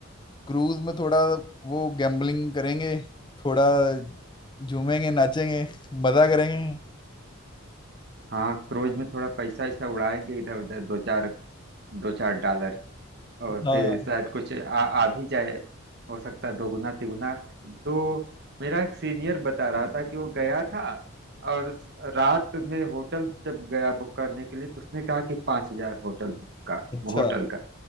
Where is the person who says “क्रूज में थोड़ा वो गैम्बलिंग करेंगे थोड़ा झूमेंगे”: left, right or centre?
Left